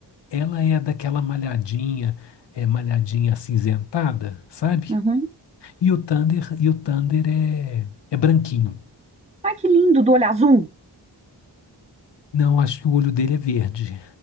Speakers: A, on the left (about 70°); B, on the right (about 15°).
A: ela é daquela malhadinha, é, malhadinha acinzentada, sabe?
B: Uhum.
A: E o Thunder, e o Thunder é, é branquinho.
B: Ai, que lindo, do olho azul.
A: Não, acho que o olho dele é verde.